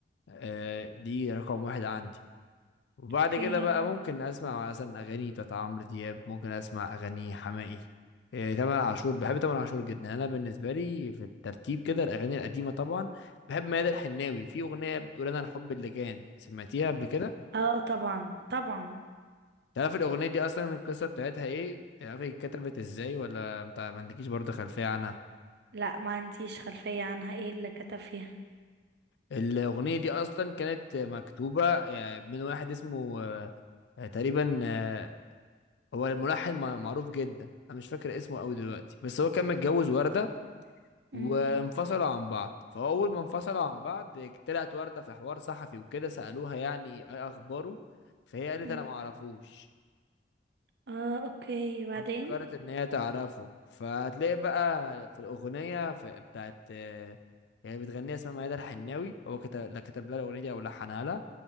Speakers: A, on the left; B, on the right.
A: آه، دي رقم واحد عندي وبعد
B: اوكي
A: كده بقى ممكن اسمع مثلا اغاني بتاعت عمرو دياب ممكن اسمع اغاني حماقي إيه، تامر عاشور بحب تامر عاشور جدا انا بالنسبه لي في الترتيب كده الاغاني القديمه طبعا بحب ميادة الحناوي في اغنيه بتقول انا الحب اللي كان سمعتيها قبل كده
B: اه طبعا طبعا
A: تعرف الاغنيه دي اصلا القصه بتاعتها ايه تعرف هي اتكتبت ازاي ولا انت ما عندكيش برضه خلفيه عنها
B: لا ما عنديش خلفية عنها ايه اللي كتب فيها
A: الاغنيه دي اصلا كانت مكتوبه آه، من واحد اسمه آه، تقريبا آه، هو ملحن مع- معروف جدا انا مش فاكر اسمه قوي دلوقتي بس هو كان متجوز وردة
B: مم.
A: وانفصلوا عن بعض فهو اول ما انفصلوا عن بعض طلعت وردة في حوار صحفي وكده سألوها يعني ايه اخباره فهي قالت
B: مم.
A: انا ما اعرفوش
B: اه اوكي وبعدين
A: فكرت ان هي تعرفه فهتلاقي بقى في الاغنية في بتاعت آه، يعني بتغنيها اسمها ميادة الحناوي هو كتب لا كتب لها الاغنية دي او لحنها لها